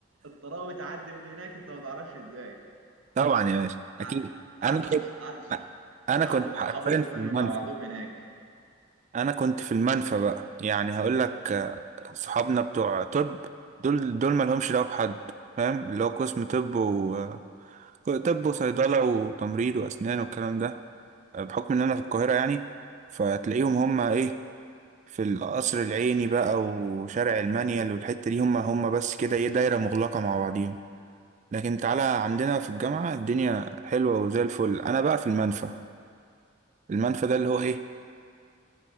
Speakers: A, on the right; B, on the right.
A: الطراوه بتعدي من هناك انت ما تعرفش ازاي
B: طبعا يا باشا أكيد
A: قع- قعدة
B: أنا كنت
A: صح قعدة صح
B: أنا
A: قعدة
B: كنت
A: صحابة
B: حرفيا في
A: قايمة
B: المنفى
A: مع بعضهم هناك
B: انا كنت في المنفى بقى يعني هقول لك آه، صحابنا بتوع طب دول دول ما لهمش دعوه بحد فاهم اللي هو قسم طب و آه، طب وصيدله وتمريض واسنان والكلام ده آه، بحكم ان انا في القاهره يعني فتلاقيهم هم ايه في القصر العيني بقى وشارع المنيل والحته دي هم هم بس كده ايه دايره مغلقه مع بعضيهم لكن تعالى عندنا في الجامعه الدنيا حلوه وزي الفل انا بقى في المنفى المنفى ده اللي هو ايه